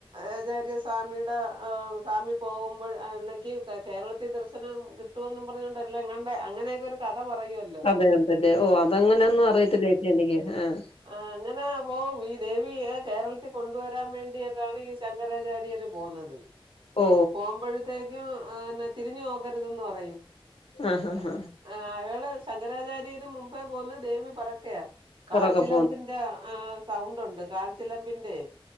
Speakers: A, on the right; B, on the left.
A: ആചാര്യ സ്വാമിടെ ആഹ് സ്വാമി പോകുമ്പഴ് <unintelligible> കേരളത്തി ദർശനം കിട്ട് കിട്ടുവെന്നും പറഞ്ഞോണ്ടല്ലേ എങ്ങാണ്ട് അങ്ങനെയൊക്കെ ഒരു കഥ പറയുവൽ
B: കഥയൊണ്ടല്ലേ ഓഹ് അത് അങ്ങനെയന്നും അറിയത്തില്ല ചേച്ചി എനിക്ക് ആഹ്
A: ആഹ് അങ്ങനെ പോവും ഈ ദേവിയെ കേരളത്തിൽ കൊണ്ടുവരാൻ വേണ്ടിട്ടാണ് ഈ സ് ശങ്കരാചാര്യര് പോന്നത്
B: ഓ
A: പോകുമ്പഴ് ത്തേക്കു ആഹ് എന്നാ തിരിഞ്ഞു നോക്കരുതെന്ന് പറയും
B: ആഹ് ആഹ്
A: കാ ആഹ് അയാള് ശങ്കരാചാര്യര് മുമ്പേ പോന്നു ദേവി പെറക്കയാ
B: പെറകെ
A: <unintelligible>
B: പോ
A: ൻ്റെ ആഹ് സൗണ്ട് ഉണ്ട് കാര ചിലമ്പിന്റെയെ